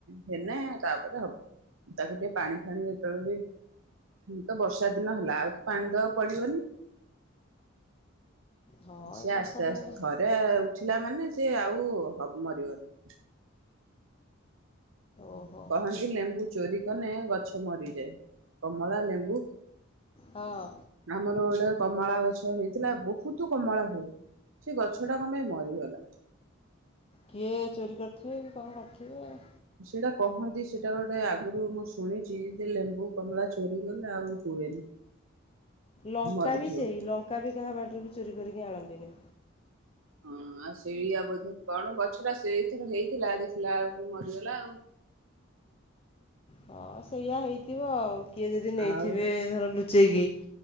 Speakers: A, on the right (about 80°); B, on the left (about 30°).
A: ହେନେ ତାପରେ ହବ। ତାକୁ ଟିକେ ପାଣି ଫାଣିି ଯେତେବେଳେ ବି ଉଁ ତ ବର୍ଷା ଦିନ ହେଲା, ଆଉ ତ ପାଣି ଦବାକୁ ପଡିବନି?
B: ହଁ
A: ସିଏ
B: ଏ ବର୍ଷା
A: ଆସ୍ତେ,
B: ଦିନରେ
A: ଆସ୍ତେ ଥରେ ଉଠିଲା ମାନେ ସେ ଆଉ ମରିବନି।
B: ଓହୋ
A: କହନ୍ତି ଲେମ୍ବୁ ଚୋରି କନେ ଗଛ ମରିଯାଏ। କମଳା, ଲେମ୍ବୁ
B: ହଁ।
A: ଆମର ଗୋଟେ କମଳା ଗଛ ହେଇଥିଲା ବୋହୁତ୍ କମଳା ହୁଏ। ସେ ଗଛ ଟା କଣ ପାଇଁ ମରିଗଲା।
B: କିଏ ଚୋରି କରିଥିବେ କି କଣ କରିଥିବେ ଆଉ।
A: ସେଇଟା କହନ୍ତି ସେଇଟା ଗୋଟେ ଆଗରୁ ମୁଁ ଶୁଣିଛି, ଯେ ଲେମ୍ବୁ କମଳା ଚୋରି କଲେ ଆଉ ହୁଏନି।
B: ଲଙ୍କା
A: ମରିଯିବ।
B: ବି ସେଇ, ଲଙ୍କା ବି କାହା ବାଡିରୁ ଚୋରି କରିକି ଆଣନ୍ତିନି।
A: ହଁ ଆଉ ସେଇଆ ବୋଧ କଣ, ଗଛଟା ସେଇଥିର ହେଇଥିଲା ଦେଖିଲା ବେଳକୁ ମରିଗଲା ଆଉ।
B: ହଁ ସେଇଆ ହେଇଥିବ ଆଉ, କିଏ ଯଦି ନେଇଥିବେ
A: ଆଉ
B: ଧର ଲୁଚେଇକି